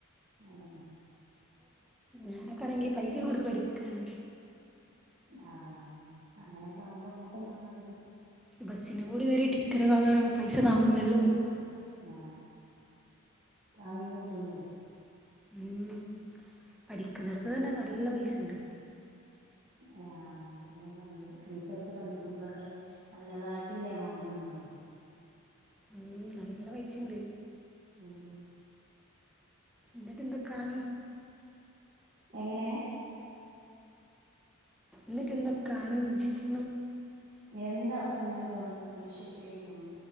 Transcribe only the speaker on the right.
അതന്നെ
ആ അങ്ങനെയൊക്കെ ആകുമ്പോ നമ്മുക്കും പറഞ്ഞ <unintelligible>
ആ താങ്ങികിട്ടൂല്ലേ
അ അത ഞാൻ പറഞ്ഞത് ഫീസ് എടുത്ത് പഠിക്കുമ്പോഴൊക്കെ നല്ലതായിട്ടില്ലേ എമൗണ്ട് ഉണ്ടാവേ
ഉം
എങ്ങനെ
എന്താ ഒക്കെ ഇങ്ങനെ പോണ് നല്ല വിശേഷായി പോണു